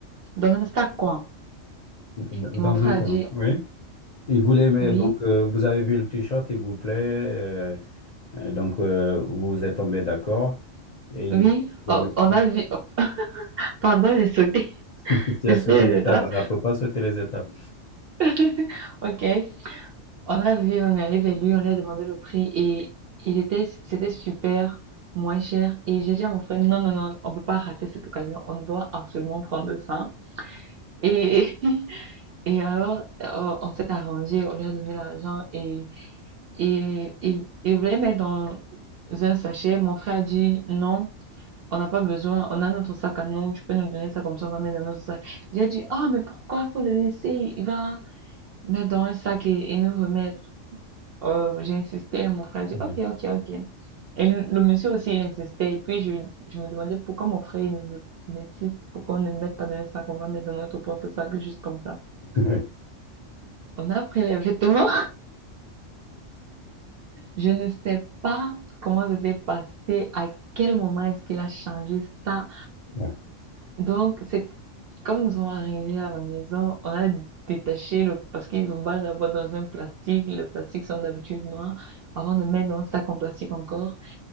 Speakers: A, on the right; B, on the left.
A: dans un sac, quoi.
B: Dans
A: Et
B: dans
A: mon frère
B: un coin,
A: a dit,
B: oui. Il voulait, mais
A: oui,
B: donc, euh, vous avez vu le t-shirt, il vous plaît. euh, Euh, Donc, euh, vous vous êtes tombé d'accord et
A: oui,
B: il
A: Oh, on
B: <laughs>
A: a vu, oh, <laughs> pardon, j'ai sauté, <laughs>
B: il y
A: j'ai
B: a sauté
A: sauté
B: les
A: les
B: étapes.
A: étapes.
B: Il ne faut pas sauter les étapes.
A: <laughs> Ok. On a vu, on est allé vers lui, on lui a demandé le prix et il était, c'était super moins cher. Et j'ai dit à mon frère, non, non, non, on peut pas rater cette occasion, on doit absolument prendre ça. Et, <laughs> et alors, euh, on s'est arrangé, on lui a donné l'argent et, et il, il voulait mettre dans un sachet. Mon frère a dit non, on n'a pas besoin, on a notre sac à nous, tu peux nous donner ça comme ça, on va mettre dans notre sac. J'ai dit, ah, mais pourquoi faut le laisser? Il va mettre dans un sac et, et nous remettre. Euh, j'ai insisté, mon frère a dit, ok,
B: Oui.
A: ok, ok. Et le, le monsieur aussi, il insistait. Et puis, je, je me demandais pourquoi mon frère, il ne veut, il insiste, pourquoi on ne met pas dans un sac, on va mettre dans notre propre sac, juste comme ça.
B: <laughs> Oui.
A: On a pris les vêtements. Je ne sais pas comment ça s'est passé, à quel moment est-ce qu'il a changé ça.
B: Ouais.
A: Donc, c'est comme nous sommes arrivés à la maison, on a détaché le, parce qu'ils ont mal d'avoir dans un plastique. Le plastique sont d'habitude noirs. Avant de mettre dans un sac en plastique encore,